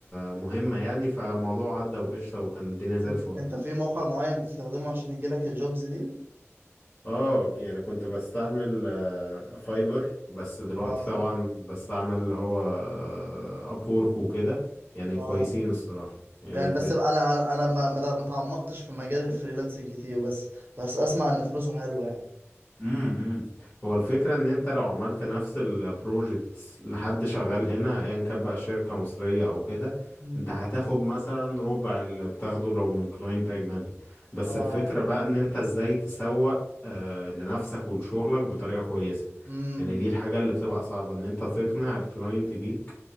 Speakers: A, on the left; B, on the right.
A: مهمة يعني فالموضوع عدى وقشطة وكان الدنيا زي
B: انت
A: الفل
B: انت في موقع معين بتستخدمه عشان يجي لك الجوبز دي
A: اه يعني كنت بستعمل آه، فايفر بس دلوقتي
B: اه
A: طبعا بستعمل اللي هو آه، ابورك وكده يعني
B: اه
A: كويسين الصراحة يعني
B: يعني بس انا انا أنا ما ما ما تعمقتش في مجال الفريلانسنج كتير بس بس اسمع ان فلوسه حلوه يعني
A: امم امم. هو الفكرة ان انت لو عملت نفس البروجكتس لحد شغال هنا ايا كان بقى شركة مصرية او كده
B: مم.
A: انت هتاخد مثلا ربع اللي بتاخده لو من كلاينت اجنبي بس
B: اه
A: الفكرة بقى ان انت ازاي تسوق آه، لنفسك ولشغلك بطريقة كويسة
B: امم
A: يعني دي الحاجة اللي بتبقى صعبة ان انت تقنع الكلاينت بيك